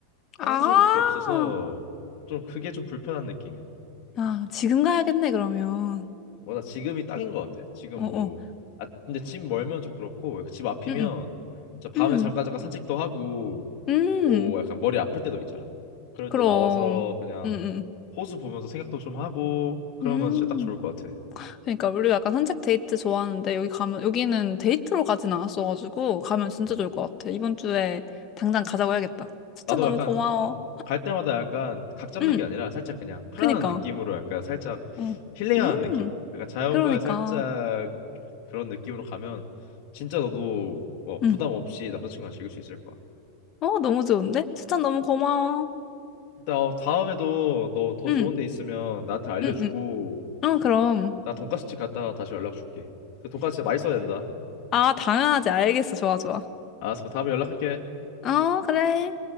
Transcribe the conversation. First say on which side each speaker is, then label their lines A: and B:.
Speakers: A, on the left; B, on the left.
A: 화장실밖에
B: 아,
A: 없어서 좀 그게 좀 불편한 느낌이야.
B: 아, 지금 가야겠네, 그러면.
A: 어, 나 지금이 딱인 것 같아. 지금
B: 어,
A: 뭐,
B: 어.
A: 아, 근데 집 멀면 좀 그렇고 집 앞이면
B: 음,
A: 진짜 밤에
B: 음.
A: 잠깐 잠깐 산책도 하고
B: 음,
A: 뭐
B: 음.
A: 약간 머리 아플 때도 있잖아. 그럴
B: 그럼.
A: 때 나와서 그냥
B: 음, 음.
A: 호수 보면서 생각도 좀 하고 그러면
B: 음.
A: 진짜 딱 좋을 것 같아.
B: 그러니까 우리가 약간 산책 데이트 좋아하는데 여기 가면 여기는 데이트로 가진 않았어가지고 가면 진짜
A: 음.
B: 좋을 것 같아. 이번 주에 당장 가자고 해야겠다. 추천
A: 나도
B: 너무
A: 약간
B: 고마워.
A: 음, 갈 때마다 약간 각 잡는
B: 응,
A: 게 아니라 살짝 그냥 편안한
B: 그니까.
A: 느낌으로 약간 살짝
B: 응,
A: 힐링하는
B: 음,
A: 느낌? 약간 자연과
B: 그러니까.
A: 살짝 그런 느낌으로 가면 진짜 너도 어,
B: 응.
A: 부담 없이 남자친구랑 즐길 수 있을 거야.
B: 어, 너무 좋은데? 추천 너무 고마워.
A: 일단 어, 다음에도 너 더
B: 응,
A: 좋은 데 있으면 나한테 알려주고
B: 응, 응. 어, 그럼.
A: 나 돈까스집 갔다가 다시 연락 줄게. 그 돈까스 진짜 맛있어야 된다.
B: 아, 당연하지. 알겠어. 좋아, 좋아.
A: 알았어. 그럼 다음에 연락할게.
B: 어, 그래.